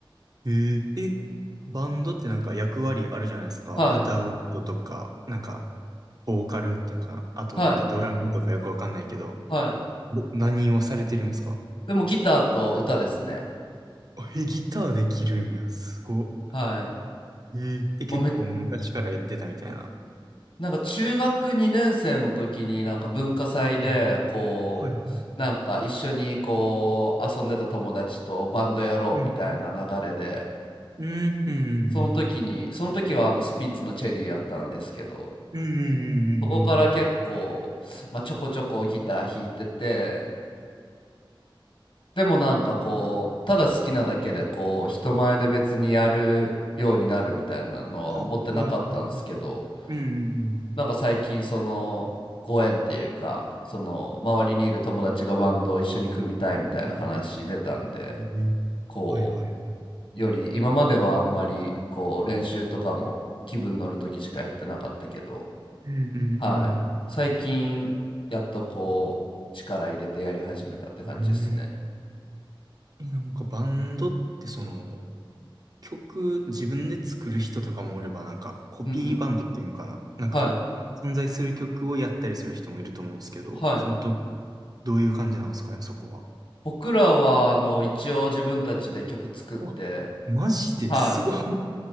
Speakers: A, on the right; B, on the left.
A: ええ、え、バンドってなんか役割あるじゃないですか。
B: はい、
A: 歌う人とか、なんか、ボーカルっていうのかな。あとなんかドラムとかよくわかんないけど。
B: はい、はい、
A: で何をされてるんですか
B: でもギターと歌ですね。
A: あ、え、ギターできるんや。すごっ。
B: はい。
A: ええ、で、結構昔からやってたみたいな。
B: もうめ、なんか中学2年生の時になんか文化祭でこうなんか一緒にこう遊んでた友達とバンドやろうみたいな流れで
A: はい、はい、はい。うんうん、うん、
B: その時にその時はあのスピッツのチェリーやったんですけど
A: うん。うん、うん、
B: そこから結構、
A: うん。うん
B: まあ、ちょこちょこギター弾いててでもなんかこう、ただ好きなだけでこう、人前で別にやるようになるみたいなのは思ってなかったんですけど、
A: ああ、はい、はい。うん、うん、うん。
B: なんか最近その、ご縁っていうか、その、周りにいる友達がバンドを一緒に組みたいみたいな話出たんで、
A: ええ、
B: こ
A: はい、はい。
B: う、より今まではあんまりこう、練習とかも気分乗るときしかやってなかったけど、
A: うん、う
B: はい。
A: ん、
B: 最近、やっとこう、力入れてやり始めたって感じですね。
A: うん。うん、え、なんかバンドってその、曲自分で作る人とかもおれば、なんかコピーバンドっていうのかな。
B: うんうん。
A: なんか存在する曲をやったりする人もいると思うんですけど、
B: はい。はい。
A: そのど、どういう感じなんですかね、そこは。
B: 僕らは、あの、一応自分たちで曲作って、
A: あ、マジですごい。
B: はい。
A: <laughs>